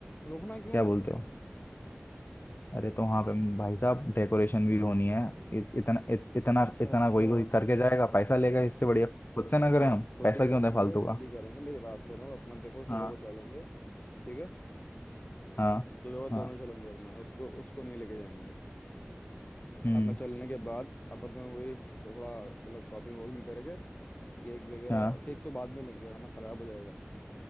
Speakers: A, on the left (about 40°); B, on the left (about 55°).
A: रुकना क्यों
B: क्या
A: मतलब
B: बोलते हो अरे तो वहाँ पे भाई साहब डेकोरेशन भी होनी है इत, इतना इत, इतना
A: अच्छा
B: इतना
A: अच्छा
B: कोई कोई करके जाएगा पैसा लेगा इससे बढ़िया खुद से ना करें
A: हाँ
B: हम
A: खुद
B: पैसा
A: ही करेंगे
B: क्यों दें फालतू
A: खुद
B: का
A: ही करेंगे मेरी बात सुनो अपना देखो सुबह
B: हाँ
A: को चलेंगे ठीक है
B: हाँ
A: चलो वो दोनों
B: हाँ
A: चलेंगे अपना उसको उसको नहीं लेके जाएंगे
B: हम्म
A: अपना चलने के बाद अपन दोनों वही थोड़ा मतलब शॉपिंग वॉकिंग करेंगे केक वगैरह
B: हाँ
A: केक तो बाद में लेंगे वरना खराब हो जाएगा